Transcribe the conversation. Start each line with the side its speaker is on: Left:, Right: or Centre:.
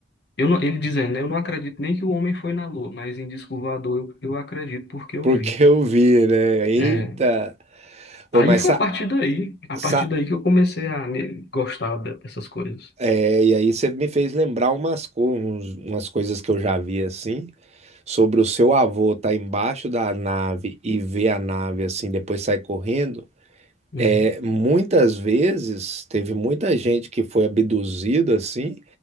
Left: eu não, ele dizendo, né? Eu não acredito nem que o homem foi na Lua, mas em disco voador eu, eu acredito porque eu
Right: Porque
Left: vi.
Right: eu vi, né? Eita!
Left: É, aí
Right: Ô, mas
Left: foi
Right: sa,
Left: a partir daí, a
Right: sa,
Left: partir daí que eu comecei a me- gostar de- dessas coisas.
Right: é, e aí você me fez lembrar umas, co- uns- umas coisas que eu já vi assim, sobre o seu avô estar embaixo da nave e ver a nave assim, depois sai correndo.
Left: Uhum.
Right: É, muitas vezes teve muita gente que foi abduzida assim,